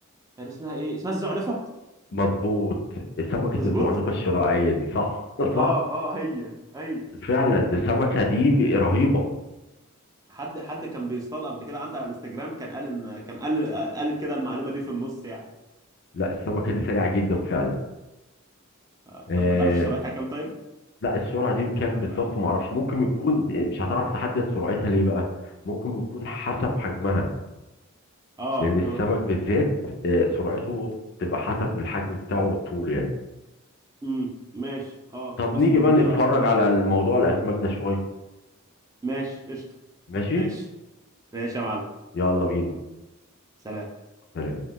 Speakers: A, on the right (about 15°); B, on the left (about 50°).
A: كان اسمها ايه اسمها الزعنفه
B: مظبوط سمكه
A: مظبوط
B: الزعنفه الشراعيه دي صح <laughs> صح
A: اه اه هي هي
B: فعلا دي السمكه دي رهيبه
A: حد حد كان بيصطاد قبل كده عندي على الانستجرام كان قال ان كان قال قال كده المعلومه دي في النص يعني
B: لا السمكه دي سريعه جدا فعلا
A: آه
B: آه
A: طب ما تعرفش سرعتها كام طيب
B: لا السرعه دي كام
A: ولا
B: بالظبط ما اعرفش ممكن يكون مش هتعرف تحدد سرعتها ليه بقى ممكن يكون حسب حجمها
A: اه
B: لان
A: ممكن
B: السمك بالذات آه، سرعته تبقى حسب الحجم بتاعه والطول يعني
A: امم ماشي اه
B: طب
A: بس
B: نيجي
A: ده
B: بقى
A: كبيره
B: نتفرج
A: اصلا يعني
B: على الموضوع الاسماك ده شويه
A: ماشي قشطه
B: ماشي
A: ماشي ماشي يا معلم
B: يلا بينا
A: سلام
B: سلام